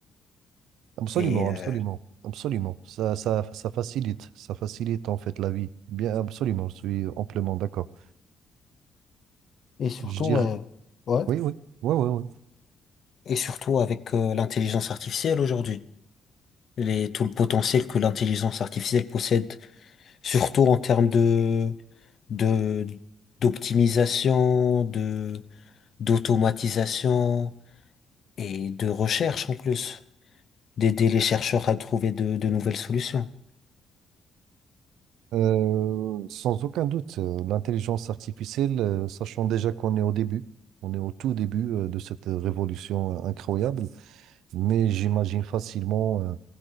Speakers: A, on the right (about 85°); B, on the left (about 55°).
A: Absolument,
B: Et, euh,
A: absolument, absolument. Ça, ça, ça facilite, ça facilite en fait la vie. Bien, absolument, je suis amplement d'accord.
B: et surtout,
A: Je dirais,
B: ouais, ouais.
A: oui, oui, oui, oui, oui.
B: Et surtout avec euh, l'intelligence artificielle aujourd'hui. Les, tout le potentiel que l'intelligence artificielle possède, surtout en termes de, de, d'optimisation, de, d'automatisation et de recherche en plus. d'aider les chercheurs à trouver de, de nouvelles solutions.
A: Euh, sans aucun doute, euh, l'intelligence artificielle, euh, sachant déjà qu'on est au début, on est au tout début euh, de cette révolution euh, incroyable, mais j'imagine facilement. euh,